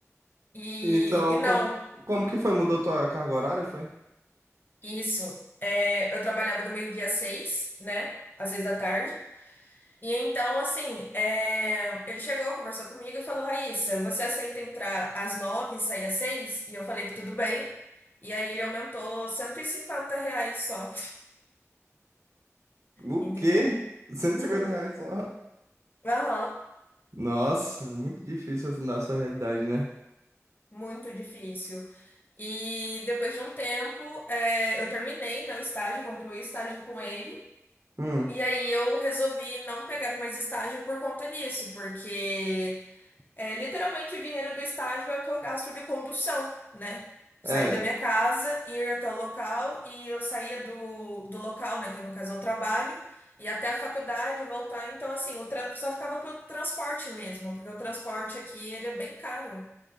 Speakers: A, on the left; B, on the right.
A: E,
B: Então,
A: e não,
B: como, como que foi? Mudou tua carga horária, foi?
A: isso. É, eu trabalhava do meio-dia às seis, né? Às seis da tarde. E então, assim, é, ele chegou, conversou comigo e falou: Raíssa, você aceita entrar às nove e sair às seis? E eu falei que tudo bem. E aí ele aumentou 150 reais só,
B: O
A: entendeu?
B: quê? R$
A: Uhum.
B: 150 reais só.
A: Aham,
B: Nossa, é muito difícil essa nossa realidade, né?
A: muito difícil. E depois de um tempo, é, eu terminei, né, o estágio, concluí o estágio com ele.
B: Hum,
A: E aí eu resolvi não pegar mais estágio por conta disso, porque É, literalmente o dinheiro do estágio é o que eu gasto de condução, né? Sair
B: é,
A: da minha casa, ir até o local e eu saía do, do local, né? Que no caso é o trabalho, e até a faculdade voltar. Então, assim, o tra- só ficava pro transporte mesmo, porque o transporte aqui ele é bem caro.